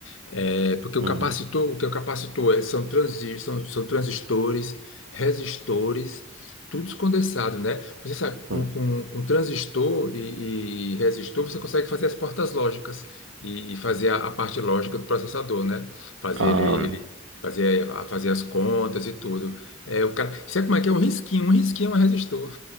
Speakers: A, on the left (about 80°); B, on the right (about 75°).
A: É, porque
B: Hum,
A: o capacitor, o que é o capacitor é, são, transi são, são transistores, resistores, tudo condensado, né? Você sabe,
B: hum.
A: com, com, com transistor e, e resistor, você consegue fazer as portas lógicas e, e fazer a, a parte lógica do processador, né? Fazer
B: É?
A: ele, ele fazer, a- fazer as contas e tudo. É, o cara, sabe como é que é? Um risquinho, um risquinho é um resistor.